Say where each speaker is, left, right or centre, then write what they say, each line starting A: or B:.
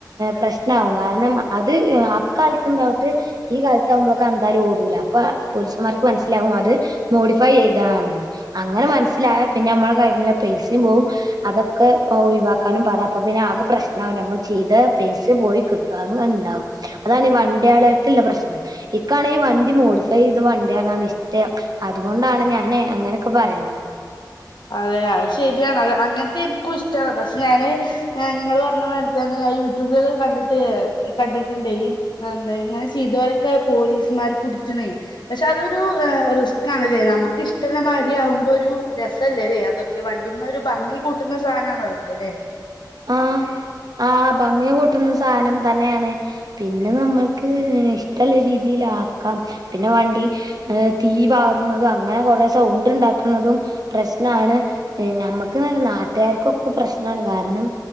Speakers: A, on the right; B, on the left.
A: പ്രശ്നാ നാവും കാരണം അത് അക്കാലത്ത് ഇണ്ടാവിട്ട് ഈ കാലത്താവുമ്പോ കണ്ടാല് ഓടൂല അപ്പൊ പോലീസുമാർക്ക് മനസ്സിലാകും അത് മോഡിഫൈ ചെയ്തതാണെന്ന് അങ്ങനെ മനസ്സിലായ പിന്നെ നമ്മളെ കയ്യിലെ പൈസിം പോവും അതൊക്കെ ഒഴിവാക്കാനും പറ അപ്പൊ പിന്നെ ആകെ പ്രശ്നാവും നമ്മൾ ചെയ്ത പൈ പക്ഷെ പോയി കിട്ടും അങ്ങനെ ഉണ്ടാവും അതാണ് ഈ വനിയാളായിട്ടുള്ള പ്രശ്നം ഇക്കാണെങ്കിൽ വണ്ടി മോഡിഫൈയ്ത വണ്ടി യളാണ് ഇഷ്ടം അതുകൊണ്ടാണ് ഞാനേ അങ്ങനൊക്കെ പറയണത്
B: അതെ അത് ശരിയാണ് അ അങ്ങനത്തെ എനിക്കുംഷ്ടാണ് പക്ഷെ ഞാന് ആഹ് നിങ്ങള് പറഞ്ഞ മാരിത്തന്നെ ഞാൻ യൂട്യൂബില് കണ്ടിട്ട് കണ്ടിട്ടുണ്ട് ഇങ്ങനെ ചെയ്തവരൊക്കെ പോലീസ്മാര് പിടിച്ചുണ് പക്ഷെ അതൊരു റിസ്ക് ആണല്ലേ നമുക്ക് ഇഷ്ടമുള്ള മാരിയാവുമ്പോ ഒരു രസാ അതല്ല അല്ലേ അതൊക്കെ വണ്ടിമ്മ ഒരു ഭംഗി കൂട്ടുന്ന സാനണതൊക്കെ അല്ലെ
A: ആഹ് ആഹ് ഭംഗി കൂട്ടുന്ന സാനം തന്നെയാണ്. പിന്നെ ന്നമ്മൾക്ക് ഇഷ്ട്ടള്ള രീതിയിലാക്കാം പിന്നെ വണ്ടി ഏഹ് തീ പാർണതും അങ്ങനെ കൊറെ സൗണ്ട് ഇണ്ടാക്ക്ണതും പ്രശ്നാണ്. ഏഹ് ഞമ്മക്ക്ന്നല്ല ന്നാട്ട്കാർക്കൊക്കെ പ്രശ്നാണ് കാര്ണം